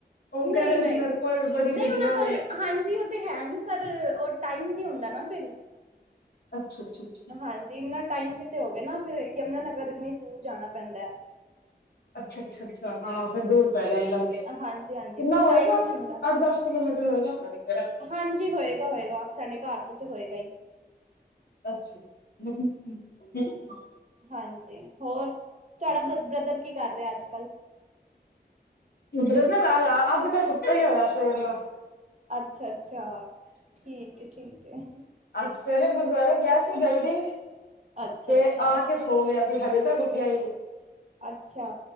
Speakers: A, on the left; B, on the right.
A: ਉਹ
B: ਨਹੀਂ-ਨਹੀਂ
A: ਕਹਿ ਰਿਹਾ
B: ਨਹੀਂ
A: ਸੀ ਮੇਰੇ ਕੋਲ ਬੜੇ
B: ਨਹੀਂ
A: ਗੱਡੀਆਂ
B: ਉਹਨਾਂ ਕੋਲ
A: ਨੇ।
B: ਹਾਂਜੀ ਉਹ ਤੇ ਹੈ ਪਰ, ਉਹ ਟਾਈਮ ਨਹੀਂ ਹੁੰਦਾ ਨਾ ਫਿਰ।
A: ਅੱਛਾ -ਅੱਛਾ- ਅੱਛਾ।
B: ਹਾਂਜੀ। ਇੰਨਾ ਟਾਈਮ ਕਿਤੇ ਹੋਵੇ ਨਾ ਫਿਰ ਯਮੁਨਾ ਨਗਰ ਇੰਨੀ ਦੂਰ ਜਾਣਾ ਪੈਂਦਾ।
A: ਅੱਛਾ- ਅੱਛਾ- ਅੱਛਾ ਹਾਂ, ਫਿਰ ਦੂਰ ਪੈ ਜਾਂਦਾ।
B: ਹੈ
A: ਕਿੰਨਾ
B: ਹਾਂਜੀ-ਹਾਂਜੀ ਫਿਰ
A: ਹੋਏਗਾ
B: ਟਾਈਮ
A: ਅੱਠ-
B: ਨੀ ਹੁੰਦਾ
A: ਦਸ ਕਿਲੋਮੀਟਰ ਹੋਏ ਗਾ। ਹਜੇ ਕੇੜਾ।
B: ਹਾਂਜੀ ਹੋਏਗਾ- ਹੋਏਗਾ ਸਾਡੇ ਘਰ ਤੋਂ ਤੇ ਹੋਏਗਾ ਹੀ।
A: ਅੱਛਾ। <unintelligible>
B: ਹਾਂਜੀ। ਹੋਰ, ਤੁਹਾਡਾ ਬ ਬ੍ਰਦਰ ਕੀ ਕਰ ਰਿਹਾ ਅੱਜ ਕੱਲ੍ਹ।
A: ਬ੍ਰਜਰ ਆ -ਆ ਅੱਜ ਤੇ ਸੁੱਤੇਈ ਹੋਇਆ ਸਵੇਰ ਦਾ।
B: ਅੱਛਾ- ਅੱਛਾ, ਠੀਕ ਹੈ, ਠੀਕ ਹੈ।
A: ਅੱ ਸਵੇਰੇ ਗੁਰਦੁਆਰੇ ਗਿਆ ਸੀ ਜਲਦੀ।
B: ਅੱਛਾ-ਅੱਛਾ
A: ਤੇ ਆ
B: ਅੱਛਾ
A: ਕੇ ਸੋ ਹੋ ਗਿਆ ਸੀ ਹਜੇ ਤੱਕ ਉੱਠਿਆ ਨਹੀ।
B: ਅੱਛਾ।